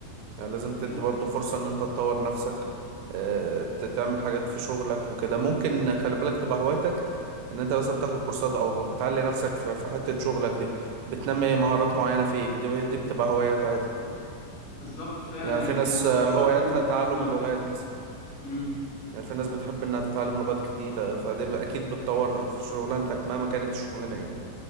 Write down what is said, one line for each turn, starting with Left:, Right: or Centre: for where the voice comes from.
Right: يعني لازم تدي
Left: أي،
Right: برضو فرصة ان انت تطور نفسك آه، ت- تعمل حاجات في شغلك وكده ممكن خلي بالك تبقى هوايتك ان انت بس بتاخد كورسات او بتعلي نفسك في في حتة شغلك دي بتنمي مهارات معينة فيك دي, ب- دي بتبقى هوايات عادي
Left: بالظبط فعلا
Right: يعني
Left: يعني
Right: في ناس
Left: الهوايات
Right: آه، هواياتها
Left: اصلا بتدي
Right: تعلم اللغات مثلا
Left: مم.
Right: يعني في ناس بتحب انها تتعلم لغات كتير فدي ب- اكيد بتطور في شغلانتك مهما كانت الشغلانة ايه